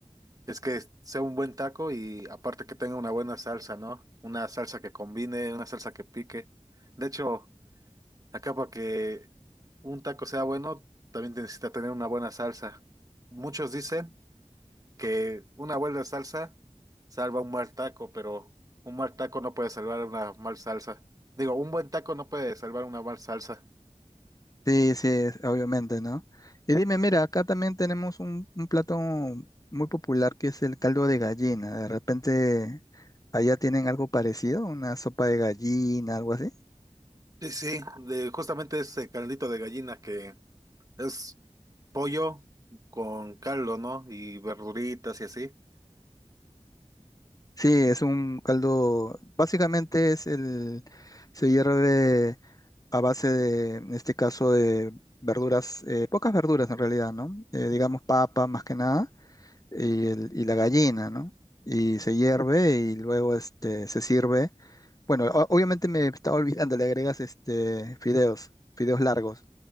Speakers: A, on the right; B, on the left.
A: es que sea un buen taco y aparte que tenga una buena salsa, ¿no? Una salsa que combine, una salsa que pique. De hecho, acá para que un taco sea bueno, también necesita tener una buena salsa. Muchos dicen que una buena salsa salva un mal taco, pero un mal taco no puede salvar una mal salsa. Digo, un buen taco no puede salvar una mal salsa.
B: Sí, sí, es- obviamente, ¿no? Y dime, mira, acá también tenemos un, un plato muy popular que es el caldo de gallina. De repente, allá tienen algo parecido, una sopa de gallina, algo así.
A: Sí, sí, de justamente ese caldito de gallina que es pollo con caldo, ¿no? Y verduritas y así.
B: Sí, es un caldo, básicamente es el, se hierve a base de, en este caso, de verduras, eh, pocas verduras en realidad, ¿no? Eh, digamos papa más que nada y, el- y la gallina, ¿no? Y se hierve y luego este, se sirve. Bueno, o- obviamente me estaba olvidando, le agregas este fideos, fideos largos.